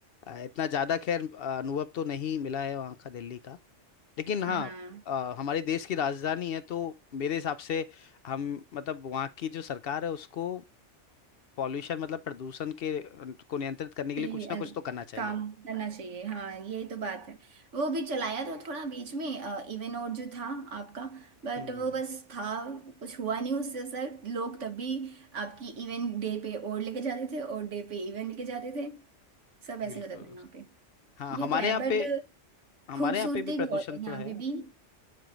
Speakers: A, on the left; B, on the right.
A: अ, इतना ज्यादा खैर अ, अनुभव तो नहीं मिला है वहाँ का दिल्ली का लेकिन हाँ
B: हाँ हाँ
A: अ, हमारे देश की राजधानी है तो मेरे हिसाब से हम मतलब वहाँ की जो सरकार है उसको पॉल्यूशन मतलब प्रदूषण के अ, को नियंत्रित करने के
B: कि
A: लिए कुछ ना
B: अन-
A: कुछ तो करना चाहिए
B: काम करना चाहिए हाँ यही तो बात है वो भी चलाया तो थोड़ा बीच में इवन और जो था आपका बट
A: हम्म
B: वो बस था कुछ हुआ नहीं उससे सर लोग तब भी आपकी इवन डे पे और लेके जाते थे और डे पे इवन लेके जाते थे सब ऐसे
A: बिल्कुल
B: होता था यहाँ पे
A: हाँ हमारे
B: ये तो है
A: यहाँ
B: बट
A: पे हमारे
B: खूबसूरती
A: यहाँ पे भी प्रदूषण
B: बहुत है
A: तो
B: यहाँ
A: है
B: पे भी